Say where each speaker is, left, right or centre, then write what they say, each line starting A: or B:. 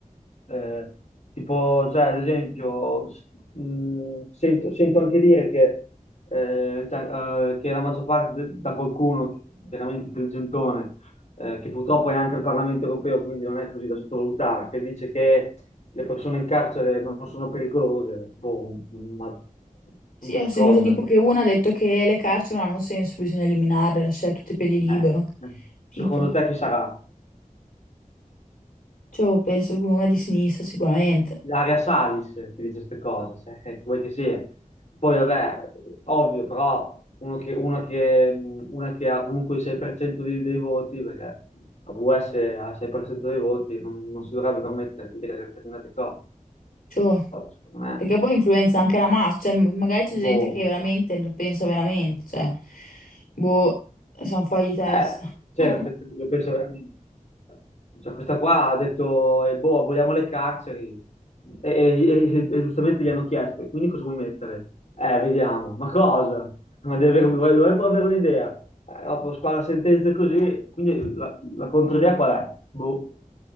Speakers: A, on the left; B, on the left.
A: eh, tipo, cioè, ad esempio, s- mh, sento, sento anche dire che, eh, cioè, eh, che la maggior parte de- da qualcuno veramente intelligentone, eh, che purtroppo è anche il Parlamento europeo, quindi non è così da sottovalutare, che dice che le persone in carcere non sono pericolose, boh, ma, ma
B: Sì, ho
A: che
B: sentito
A: cosa?
B: tipo che una ha detto che le carceri non hanno senso, bisogna eliminarle, lasciare tutti i piedi libero.
A: Eh,
B: Tipo,
A: secondo te chi sarà?
B: cioè, penso che una di sinistra sicuramente.
A: Ilaria Salis che dice queste cose, se- <laughs> che vuoi che sia. Poi vabbè, ovvio, però uno che, una, che, una che ha comunque il 6% dei, dei voti, perché la US ha il 6% dei voti, non, non si dovrebbe permettere di dire determinate cose,
B: Cioè,
A: secondo me,
B: perché poi influenza
A: eh,
B: anche la massa, cioè, m- magari c'è
A: boh,
B: gente che veramente lo pensa veramente, cioè, boh, sono fuori di testa.
A: Eh, certo,
B: <laughs>
A: io penso veramente. Cioè, questa qua ha detto, eh, boh, aboliamo le carceri. E, e- e- e giustamente gli hanno chiesto, e quindi cosa vuoi mettere? Eh, vediamo. Ma cosa? Ma devi avere, vuoi, vuoi pure avere un'idea? Eh, dopo spara sentenze così, quindi la, la controidea qual è? Boh,